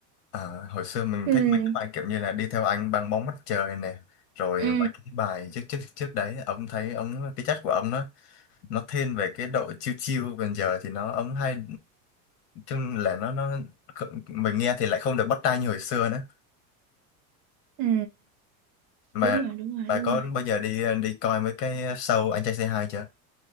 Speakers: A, on the left (about 80°); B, on the right (about 50°).
A: Ờ, hồi xưa mình
B: Ừ,
A: thích mấy cái bài kiểu như là đi theo anh băng bóng mặt trời nè rồi
B: ừ,
A: mấy cái bài trước trước trước đấy ông thấy ông cái chất của ông nó nó thiên về cái độ chill chill còn giờ thì nó ấm hay chung là nó nó mình nghe thì lại không được bắt tai như hồi xưa nữa
B: ừ,
A: mà
B: đúng rồi, đúng rồi,
A: bà
B: đúng
A: có
B: rồi.
A: bao giờ đi đi coi mấy cái show Anh Trai Say Hi chưa